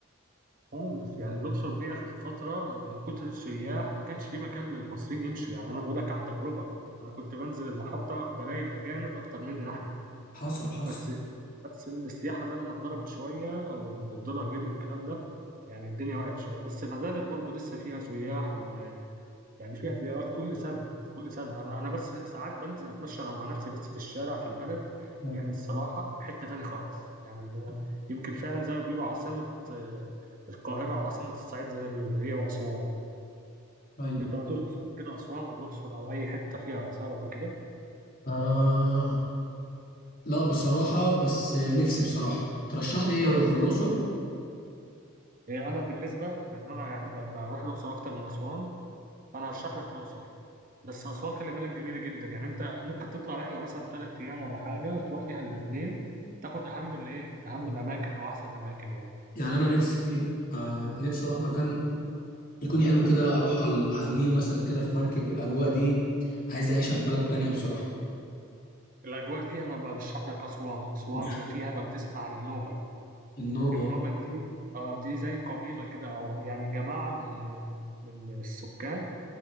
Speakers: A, on the right; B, on the left.
A: خالص يعني الأقصر دي أخدت فترة من من كتر السياح ما كانش في مكان للمصريين يمشوا يعني أنا بقولك عن تجربة أنا كنت بنزل المحطة بلاقي الأجانب أكتر مننا إحنا
B: حصل حصل
A: بس بس السياحة لما اتضربت شوية والدولار غلي والكلام ده يعني الدنيا وقعت شوية بس ما زالت برضو لسه فيها سياح يعني فيها زيارات كل سنة كل سنة أنا أنا بس ساعات بنزل أتمشى أنا مع نفسي بس في الشارع في البلد
B: آه.
A: يعني الصراحة حتة تاني خالص يعني ما يمكن فعلا زي ما بيقولوا عاصمة آه، القاهرة أو عاصمة الصعيد زي ما بيقولوا هي وأسوان
B: أيوه
A: أنت ما زرت كده أسوان أو الأقصر أو أي حتة فيها آثار قبل كده
B: آه لا بصراحة بس نفسي بصراحة ترشح لي إيه أروح الأقصر
A: آه، أنا بالنسبة لأن أنا يعني ب- بروح الأقصر أكتر من أسوان فأنا هرشح لك الأقصر بس أسوان خلي بالك جميلة جدا يعني أنت ممكن تطلع رحلة مثلا تلات أيام ولا حاجة تروح فيها الاتنين تاخد أهم الإيه أهم الأماكن أو أحسن الأماكن يعني
B: يعني أنا نفسي آه نفسي أروح مكان يكون حلو كده أروح على على النيل مثلا كده في مركب الأجواء دي عايز أعيشها في بلد تانية بصراحة
A: الأجواء دي أنا برشح لك أسوان أسوان
B: مشروع
A: فيها لو تسمع عن النوبة
B: النوبة
A: النوبة دي آه دي زي قبيلة كده أو يعني جماعة من من السكان